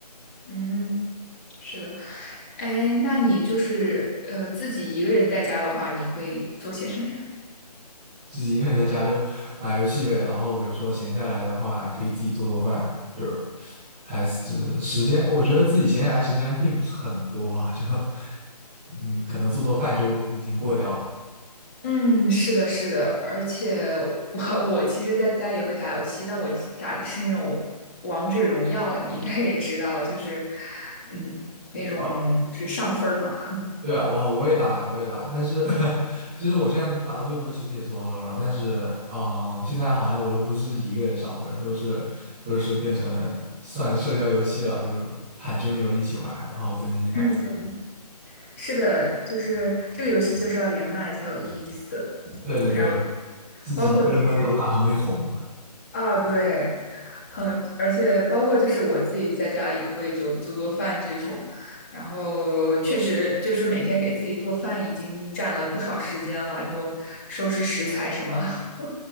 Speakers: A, on the left; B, in the centre.
A: 嗯，是的，哎，那你就是呃自己一个人在家的话，你会做些什么呀？
B: 自己一个人在家就打游戏呗，然后比如说闲下来的话，可以自己做做饭，就是还是时间，我觉得自己闲下来时间并不是很多啊，就 <laughs> 嗯，可能做做饭就已经过掉了。
A: 嗯，是的，是的，而且我 <laughs> 我其实在家也会打游戏，但我只打的是那种王者荣耀，你应该也知道，就是嗯那种就是上分儿嘛。
B: 啊。对啊，我我也打我也打，但是 <laughs> 其实我现在打的最多其实也是王者荣耀，但是嗯、呃现在好像我都不是一个人上分都是都是变成算社交游戏了，就喊兄弟们一起玩然后增进感情。
A: 嗯，是的，就是这个游戏就是要连麦才有意思，
B: 对对对，
A: 然后
B: 自己一个人闷头打很容易红啊。
A: 包括其实啊，对，嗯，而且包括就是我自己在家也会就做做饭这种，然后确实就是每天给自己做饭已经占了不少时间了，就收拾食材什么。<laughs>